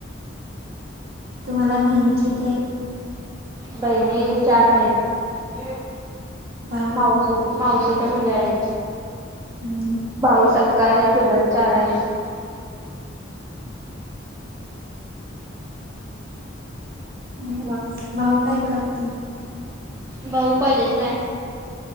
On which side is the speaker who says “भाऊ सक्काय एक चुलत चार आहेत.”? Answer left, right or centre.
Right